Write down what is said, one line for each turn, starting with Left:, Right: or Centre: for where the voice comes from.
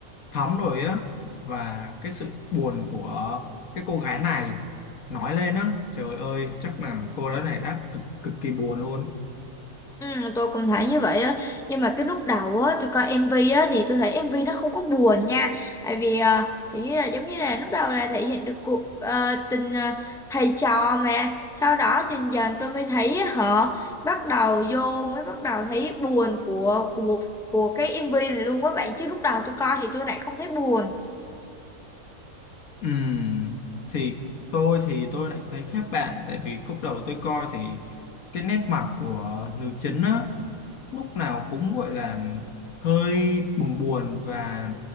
Left: thấm rồi á và cái sự buồn của cái cô gái này nói lên á trời ơi chắc là cô gái này đã cực cực kỳ buồn luôn
Centre: Ừ, tôi cũng thấy như vậy á nhưng mà cái lúc đầu á tôi coi MV á thì tôi thấy MV nó không có buồn nha tại vì uh, chỉ như là giống như là lúc đầu là thể hiện được cuộc ờ, tình ờ, thầy trò mà sau đó dần dần tôi mới thấy họ bắt đầu vô mới bắt đầu thấy buồn của của của cái MV này luôn á bạn chứ lúc đầu tôi coi thì tôi lại không thấy buồn
Left: Ừm, thì tôi thì tôi lại thấy khác bạn tại vì khúc đầu tôi coi thì cái nét mặt của nữ chính á lúc nào cũng gọi là hơi buồn buồn và